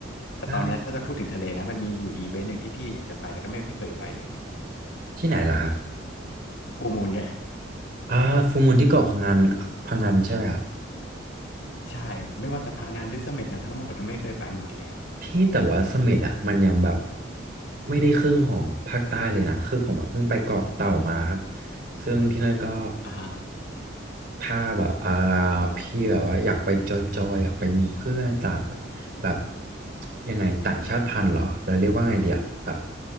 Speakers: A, on the left (about 85°); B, on the right (about 55°).
A: แต่ตอนเนี้ยถ้าจะพูดถึงทะเลนะมันมีอยู่อีเวนต์หนึ่งที่พี่อยากจะไปแล้วก็ไม่เคยไปเลยเนี่ย
B: ใช่ที่ไหนเหรอครับ
A: ฟูมูนไง
B: อ่าฟูลมูลที่เกาะพังงนพังงนใช่ไหมครับ
A: ใช่ไม่ว่าจะพังงานหรือเสม็ดนะทั้งหมดนะไม่เคยไปหมดเลยอ่ะ
B: พี่แต่ว่าเสม็ดอ่ะมันยังแบบไม่ได้ครึ่งของภาคใต้เลยนะคือผมอะเพิ่งไปเกาะเต่ามาครับซึ่งที่นั่นก็
A: อ่ะฮะ
B: ถ้าแบบอ่าพี่แบบว่าอยากไปจอยๆอยากไปมีเพื่อนต่างแบบยังไงต่างชาติพันธุ์เหรอเราเรียกว่าไงเดียแบบ